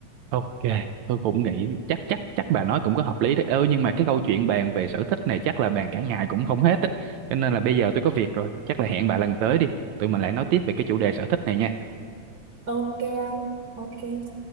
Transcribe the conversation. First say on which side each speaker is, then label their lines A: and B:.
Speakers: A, on the right; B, on the right.
A: Ok, tôi cũng nghĩ chắc chắc chắc bà nói cũng có hợp lý đấy. Ơ nhưng mà cái câu chuyện bàn về sở thích này chắc là bàn cả ngày cũng không hết á. Cho nên là bây giờ tôi có việc rồi, chắc là hẹn bà lần tới đi. Tụi mình lại nói tiếp về cái chủ đề sở thích này nha.
B: ok không ok